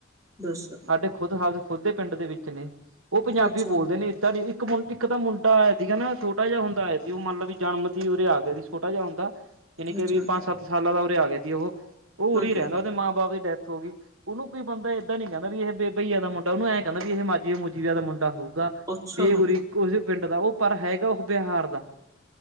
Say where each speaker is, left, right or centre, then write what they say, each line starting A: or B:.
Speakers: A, on the right; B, on the right.
A: ਦੱਸੌ?
B: ਸਾਡੇ ਖੁਦ ਹ ਖੁਦ ਦੇ ਪਿੰਡ ਦੇ ਵਿੱਚ ਨੇ। ਉਹ ਪੰਜਾਬੀ
A: ਅੱਛਾ
B: ਬੋਲਦੇ ਨੇ ਏਦਾਂ ਨੀ ਜੀ ਇੱਕ ਮੁੰ ਇੱਕ ਮੁੰਡਾ ਆਇਆ ਸੀਗਾ ਨਾ ਛੋਟਾ ਜਿਹਾ ਹੁੰਦਾ ਸੀ ਉਹ ਮੰਨ ਲਾ ਵੀ ਇਕ ਜਨਮ ਦੀ ਉਰੇ ਆ ਗਿਆ ਸੀ ਛੋਟਾ ਜਿਹਾ ਹੁੰਦਾ, ਯਾਨੀ ਕਿ
A: ਅੱਛਾ
B: ਵੀ ਪੰਜ ਸੱਤ ਸਾਲਾਂ ਦਾ ਉਰੇ ਆ ਗਿਆ ਸੀ ਉਹ। ਉਹ
A: ਹਾਂਜੀ
B: ਉਰੇ ਹੀ ਰਹਿੰਦਾ, ਉਹਦੇ ਮਾਂ ਬਾਪ ਦੀ ਡੈਥ ਹੋ ਗਈ। ਉਹਨ ਕੋਈ ਬੰਦਾ ਏਦਾਂ ਨਹੀਂ ਕਹਿੰਦਾ ਵੀ ਇਹ ਬੇ ਬਈਏ ਦਾ ਮੁੰਡਾ ਉਹਨੂੰਂ ਕਹਿੰਦਾ ਵੀ ਇਹ ਮਾਜੀਏ ਮੂਜੀਆ ਦਾ ਮੁੰਡਾ ਹੋਊਗਾ।
A: ਅੱਛਾ
B: ਵੀ
A: ਹਾਂ
B: ਉਰੀ ਇਕੋ ਓਸ ਪਿੰਡ ਦਾ, ਉਹ ਪਰ ਹੈਗਾ ਉਹ ਬਿਹਾਰ ਦਾ।